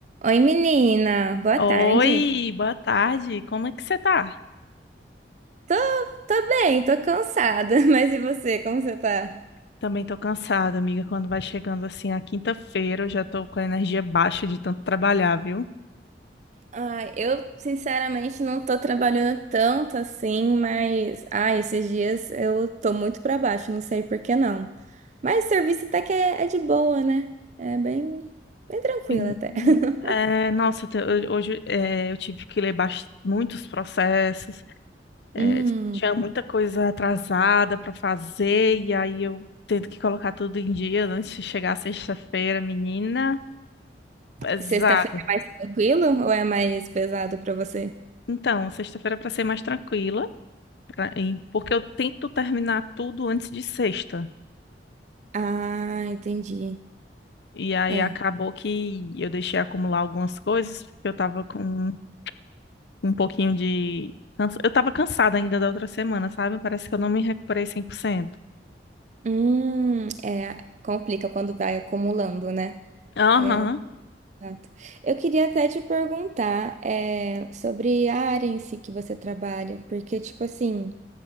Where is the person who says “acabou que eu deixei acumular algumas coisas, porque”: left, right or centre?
Left